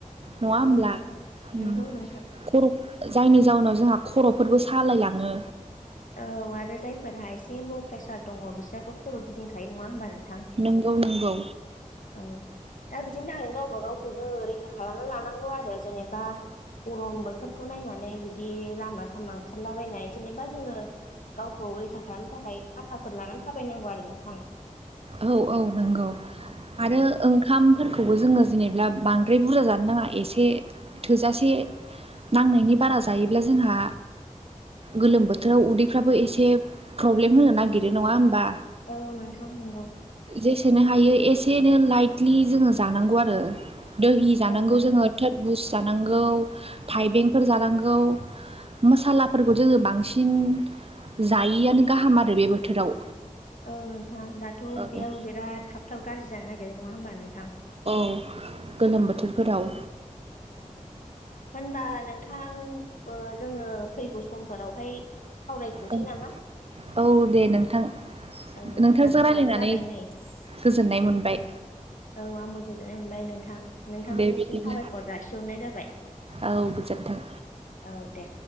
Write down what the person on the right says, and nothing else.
नङा
होमब्ला
ओ
खर' जायनि जाउनाव जोंहा खर'फोरबो सालायलाङो
नोंगौ नोंगौ
औ औ नंगौ
आरो ओंखामफोरखौबो जोङो जेनेबा बांद्राय बुरजा जानो नाङा एसे थोजासे नांनायनि बारा जायोब्ला जोंहा गोलोम बोथोराव उदैफ्राबो एसे प्रब्लेम होनो नागिरो नङा होमबा
जेसेनो हायो एसेनो लाइटलि जोङो जानांगौ आरो दोहि जानांगौ
जोङो थोरबुस जानांगौ थाइबेंफोर जानांगौ मसालाफोरखौ जोङो बांसिन जायिआानो गाहाम आरो बे बोथोराव
औ
उम गोलोम बोथोरफोराव
ओं
औ दे नोंथां
नोंथांजों
रायज्लायनानै
गोजोननाय मोनबाय
दे बिदिब्ला
औ गोजोन्थों